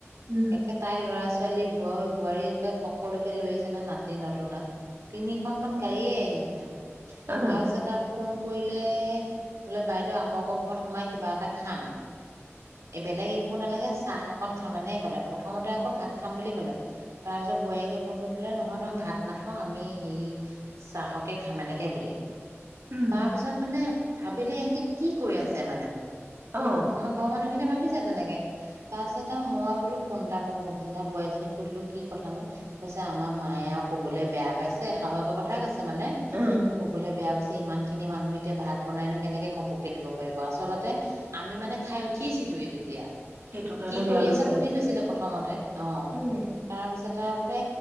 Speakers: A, on the right; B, on the right.
A: উম
B: একে তাইৰ ল'ৰা, ছোৱালী বোৱাৰী বোৱাৰী একে সকলোকে লৈ আহিছে নে নাতি নতুনা, তিনিখনমান গাড়ীয়ে আহিছে
A: অ উম
B: তাৰপিছত তাৰ, অ <unintelligible> কৰিলে বোলে বাইদেউ আপোনালোকৰ ঘৰত সোমাই কিবা এটা খাম। এই বেলেগ একো নালাগে আ চাহ অকন খামেনে কলে প্ৰথমতে আকৌ ভাত খাম বুলি কলে তাৰপিছত বোৱাৰীয়েকে ফোন কৰি কলে নহয় নহয় ভাত নাখাওঁ আমি হে চাহকে খাম এনেকে বুলি।
A: উম
B: তাৰ পিছত মানে ভাবিলে সহঁতি কি কৈ আছে মানে।
A: অ
B: আমাৰ ঘৰৰ মানুহখিনি ভাবিছো তেনেকে তাৰ পিছত আৰু মই বোলো ফোন এটা কৰো সুধোচোন আৰু বোৱাৰীজনীক সুধিলো কি কথানো কৈছে আমাৰ মায়ে আৰু কবলৈ বেয়া পাইছে হাহুৰকৰ কথা কৈছে। মানে
A: উম
B: কবলৈ বেয়া হৈছে সিমান খিনি খিনি মানুহ এতিয়া ভাত বনাইনো কেনেকে ঘপককে দিব পাৰিব ।আচলতে আমি মানে খাই উঠিছিলোয়ে তেতিয়া।
A: সেইটো কাৰণে
B: কি কৰি
A: বেয়া পাইছে
B: আছা সুধি লৈছিলে প্ৰথমতে অ
A: উম
B: তাৰপিছত টা বোলে